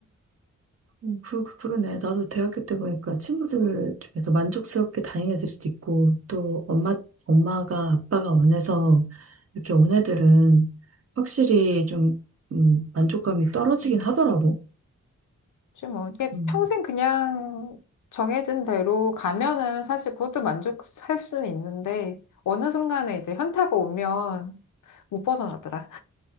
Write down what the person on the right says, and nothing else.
음, 그, 그, 그러네. 나도 대학교 때 보니까 친구들 중에서 만족스럽게 다닌 애들이 있고, 또 엄마, 엄마가, 아빠가 원해서 이렇게 온 애들은 확실히 좀, 음, 만족감이 떨어지긴 하더라고.
음,